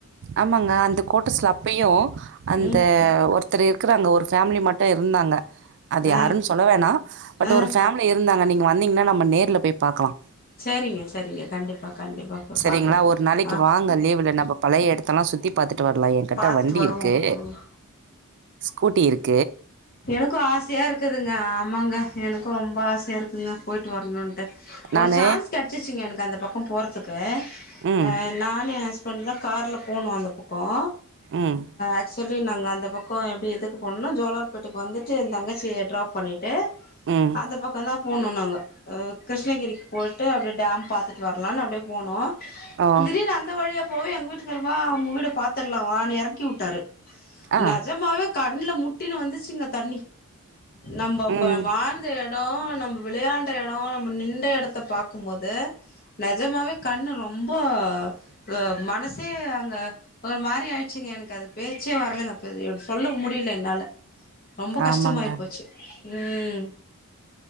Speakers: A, on the right; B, on the left.
A: ஆமங்க அந்த கோட்ரஸ்ல அப்பயும் அந்த
B: ம்
A: ஒருத்தரு இருக்றாங்க ஒர் ஃபேமிலி மட்டும் இருந்தாங்க அது
B: ஆ
A: யாருன்னு சொல்ல வேணா பட்
B: ஆ
A: ஒரு ஃபேமிலி இருந்தாங்க நீங் வந்தீங்ன்னா நம்ம நேர்ல போய் பாக்கலாம்
B: செரிங்க செரிங்க கண்டிப்பா கண்டிப்பா போய்
A: சரிங்ளா
B: பாக்கலாம்
A: ஒரு நாளைக்கு
B: ஆ
A: வாங்க லீவு்ல நம்ம பழைய இடத்த எல்லாம் சுத்தி பாத்து ட்டு வரலாம் என்கிட்ட
B: பாத்துட்டு
A: வண்டி
B: வருவோம்
A: இருக்கு
B: ம்
A: ஸ்கூட்டி இருக்
B: எனக்கும் ஆசையா இருக்குதுங்க ஆமாங்க எனக்கும் ரொம்ப ஆசையா இருக்குங்க போயிட்டு வரணு அ ஒரு
A: நானு
B: சான்ஸ் கிடைச்சிச்சுங்க எனக்கு அந்த பக்கம் போறதுக்கு
A: ம்
B: அ நானு ஹஸ் பண்ட் தான் கார்ல போனும் அந்த பக்கம்
A: ம்
B: ஆக்சுவலி நாங்க அந்த பக் க்கொ எப்டி இதுக்கு போனம்னா ஜோளார்பேட்டைக்கு வந்துட்டு என் தங்கச்சியை டிராப் பண்ணிட்டு
A: ம்
B: அந்த பக்கொ தான் போணு நாங்க அ கிருஷ்ணகிரிக்கு போயிட்டு அப்டியே டாம் பாத்துட்டு வரலான்னு அப்டியே போனோம்
A: ஓ
B: திடீனு அந்த வழியா போயி எங்க வீட்டுக்காரு வா உங்க வீட பாத்தர்லாம் வானு எறக்கி விட்டாரு
A: ஆ
B: நஜமாவே கண்ல முட்டினு வந்துச்சுங்க தண்ணி நம்ப அப்ப
A: ம்
B: வாழ்ந்த எடம் நம்ப விளையாண்ட எடம் நம்ம நிண்ட இடத்த பாக்கும்போது நஜமாவே கண்ணு ரொம்ப அ ம னசே அங்க ஒரு மாரி ஆயிட்ச்சுங்க எனக்கு அது பேச்சே வரலங்க அப்பவே சொல்ல முடியல என்னால ரொம்ப கஷ்டமாயி
A: ஆமாங்க
B: போச்சு ம்